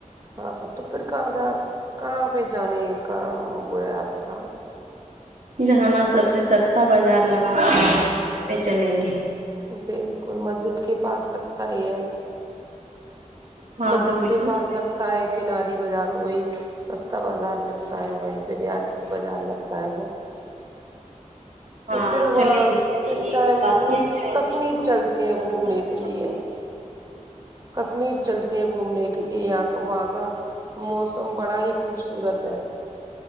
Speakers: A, on the right; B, on the right.
A: ہاں تو پھر کہاں ج کہاں پہ جانے کا ہو ہے آپ کا
B: جہانا سب سے سستا بازار لگا کر پہ چلیں گے
A: بالکل مسجد کے پاس لگتا ہی ہے
B: ہاں
A: مسجد
B: تو بالکل
A: کے پاس
B: چلیں گے
A: لگتا ہے کناری بازار وہی سستا بازار لگتا ہے وہی ھر ریاستتی بازار لگتا ہے وہ تو
B: ہاں
A: پھر وہ
B: چلیں گے چلیں
A: اس
B: گے
A: ٹائم
B: نکالتے ہیں ٹائم
A: کشمیر چلتی ہیں
B: چلتے
A: گھومنے
B: بچوں
A: کے لیئے
B: کو لے
A: <unintelligible> چلتے ہیں گھومنے کے لیے یہاں وہاں کا موسم تم بڑا ہی خوبصورت ہے